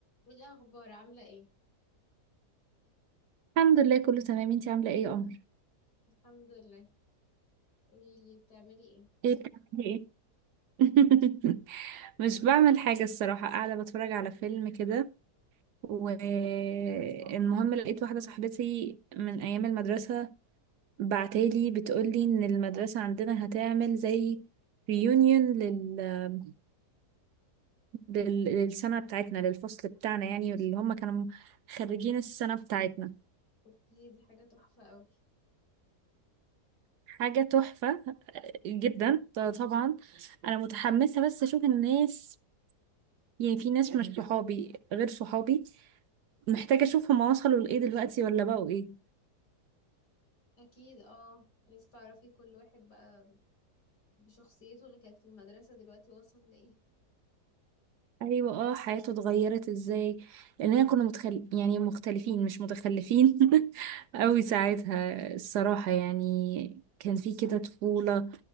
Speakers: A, on the left; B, on the right.
A: ايه الاخبار عامله ايه
B: الحمد لله كله تمام انتي عاملة ايه يا قمر
A: الحمد لله قولي لي بتعملي ايه
B: ايه بتعملي ايه <laughs> مش بعمل حاجة الصراحة قاعدة بتفرج على فيلم كده والمهم لقيت واحدة صاحبتي من أيام المدرسة بعتالي بتقولي إن المدرسة عندنا هتعمل زي ريونيون لل... لل... للسنة بتاعتنا للفصل بتاعنا يعني اللي هم كانوا خريجين السنة بتاعتنا
A: اوكي دي حاجه تحفه قوي
B: حاجة تحفة جدا ط- طبعا أنا متحمسة بس أشوف الناس يعني في ناس مش صحابي غير صحابي محتاجة اشوف هما وصلوا لإيه دلوقتي ولا بقوا إيه
A: اكيد اه عايز تعرفي كل واحد بقى بشخصيته اللي كانت في المدرسه دلوقتي وصل لايه
B: ايوه اه حياته اتغيرت ازاي لاننا كنا متخل... يعني مختلفين مش متخلفين <laughs> قوي ساعتها الصراحة يعني كان في كده طفولة